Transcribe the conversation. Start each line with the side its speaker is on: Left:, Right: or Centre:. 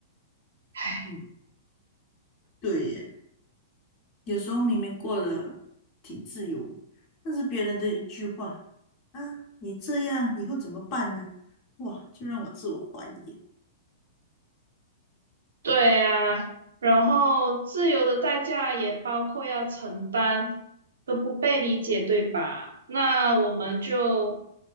Right: <laughs>
Left: 嗯，对耶，有时候明明过得挺自由的但是别人的一句话啊，你这样以后怎么办呢？哇，就让我自我怀疑耶。
Right: 对呀，然后自由的代价也包括要承担的不被理解，对吧？那我们就